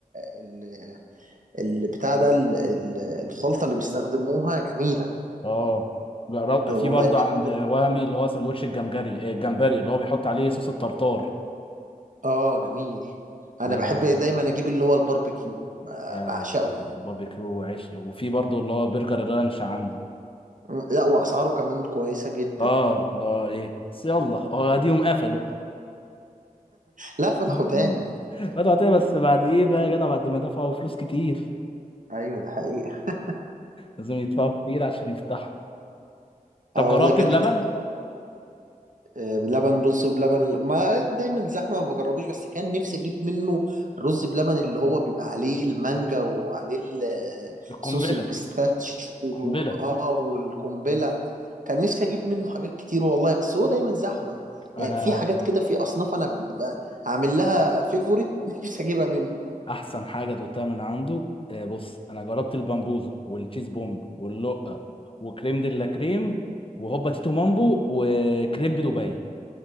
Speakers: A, on the right; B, on the left.
A: ال البتاع ده ال ال الخلطة اللي بيستخدموها جميلة
B: اه جرب-
A: والله
B: في برضه
A: بجد
B: عند وهمي اللي هو سندوتش الجمبري آه، الجمبري اللي هو بيحط عليه صوص الطرطار
A: اه جميل انا
B: لا
A: بحب
B: لا لا
A: دايما
B: جامد
A: اجيب اللي هو الباربيكيو ب-
B: يا
A: بعشقه
B: باربيكيو وعيش وفي برضه اللي هو برجر الرانش عنده
A: م، لا واسعاره كمان كويسة جدا
B: اه اللي هو ايه بس يلا هو اديهم قفلوا
A: لا فتحوا
B: <laughs>
A: تاني
B: فتحوا تاني بس بعد ايه بقى يا جدع بعد ما دفعوا فلوس كتير
A: ايوه ده حقيقة
B: لازم يدفعوا كتير عشان يفتحوا طب
A: اه
B: جربت
A: والله جريت
B: بلبن
A: آه، بلبن رز بلبن ما دايما زحمه ما بجربوش بس كان نفسي اجيب منه الرز بلبن اللي هو بيبقى عليه المانجا وعليه ال- آه،
B: القنبله
A: صوص البيستاشيو
B: قنبله
A: اه والقنبله كان نفسي اجيب منه حاجات كتير والله بس هو دايما زحمه
B: انا
A: يعني في حاجات كده في اصناف انا ببقى عامل لها فيفوريت <laughs> نفسي اجيبها منه
B: احسن حاجه دوقتها من عنده آه، بص انا جربت البامبوزه والتشيز بومب واللقه وكريم دي لا كريم وهوبا تيتو مامبو وكريب دبي